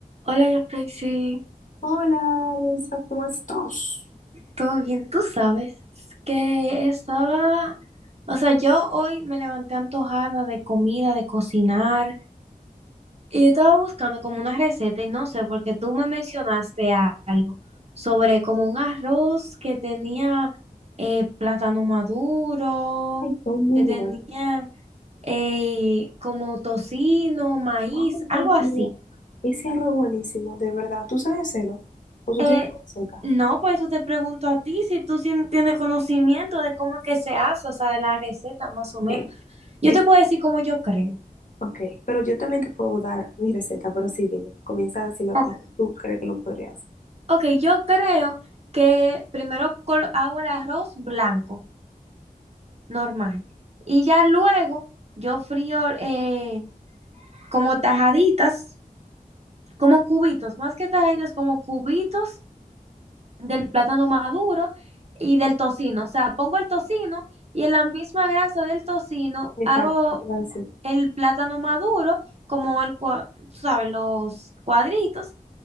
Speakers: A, on the right; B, on the left.
A: Hola, Yaprexi,
B: Hola, Luisa, ¿cómo estás?
A: ¿todo bien? Tú sabes que estaba, o sea, yo hoy me levanté antojada de comida, de cocinar, y yo estaba buscando como una receta y no sé, porque tú me mencionaste a- algo sobre como un arroz que tenía eh, plátano maduro,
B: Ay, todo muy
A: que tenía
B: bueno.
A: eh, como tocino, maíz,
B: Ay,
A: algo
B: Dios
A: así.
B: mío. Ese arroz buenísimo, de verdad. ¿Tú sabes hacerlo? ¿O tú
A: Eh,
B: tienes receta?
A: no, por eso te pregunto a ti si tú sien- tienes conocimiento de cómo es que se hace, o sea, de la receta más o menos.
B: Sí.
A: Yo
B: Es,
A: te puedo decir cómo yo creo.
B: ok, pero yo también te puedo dar mi receta, pero sí, dime. Comienza a decirme
A: Ok,
B: cómo tú crees que lo podrías.
A: ok, yo creo que primero colo- hago el arroz blanco, normal, y ya luego yo frío eh, como tajaditas, como cubitos, más que tajaditas, como cubitos del plátano maduro y del tocino. O sea, pongo el tocino y en la misma grasa del tocino
B: Exacto,
A: hago
B: te iba a decir.
A: el plátano maduro, como el, cua- ¿sabes? Los cuadritos.